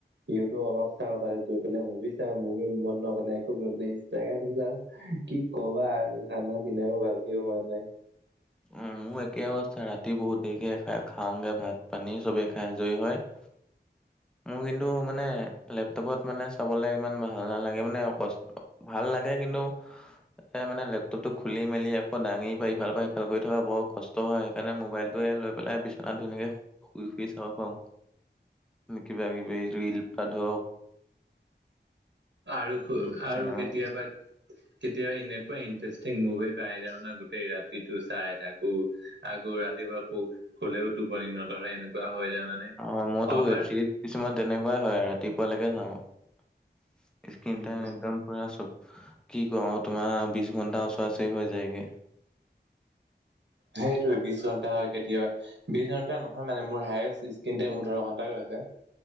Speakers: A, on the right (about 80°); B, in the centre.
A: ইউটিউব অলপ চাওঁ, তাৰপিত গৈ পেলাই মুভি চাওঁ, মুভি মন নগলে আকো গৈ পেলাই ইনষ্টাগ্ৰাম চাওঁ। কি কবা আৰু খানা পিনাইও ভালকে হোৱা নাই।
B: অ মোৰ একে অৱস্থা, ৰাতি বহুত দেৰিকে খাই খাওঁগে ভাত পানী চবে খাই আজৰি হয়। <inaudible> মোৰ কিন্তু মানে লেপটপত মানে চাবলৈ ইমান ভাল নালাগে। মানে অকষ্ট- ভাল লাগে কিন্তু, এ মানে লেপটপতটো খুলি মেলি আকৌ দাঙি পাই ইফালৰ পৰা সি- ফাল কৰি থকা বৰ কষ্ট হয়, সেইকাৰণে মোবাইলটোকে লৈ পেলাই বিচনাত ধুনীয়াকৈ শুই শুই চাব পাওঁ। কিবা কিবি ৰিল পা ধৰক <inaudible>
A: আৰু
B: উম,
A: আৰু
B: চিনেমা
A: কেতিয়াবা, কেতিয়াবা এনেকুৱা ইণ্টাৰেষ্টিং মুভি পাই যাওঁ নহয়, গো- গোটেই ৰাতিটো চাই থাকো। আকৌ ৰাতিপুৱা শু- শুলেও টোপনি নধৰে এনেকুৱা হৈ যায় মানে।
B: অ মইতো
A: অভাৰ
B: ৱেব চিৰিজ কিছুমান তেনেকুৱাই হয় ৰাতিপুৱালৈকে চাওঁ। স্কিন
A: উম।
B: টাইম একদম পুৰা চব কি কওঁ তোমাৰ বিশ ঘণ্টা ওচৰা ওচৰি হৈ যায়গে।
A: সেইটোৱে, বিশ ঘণ্টা হয় কেতিয়াবা। বিশ ঘণ্টা নহয় মানে মোৰ হায়েচ স্ক্ৰীন টাইম ওঠৰ ঘণ্টা হৈছে।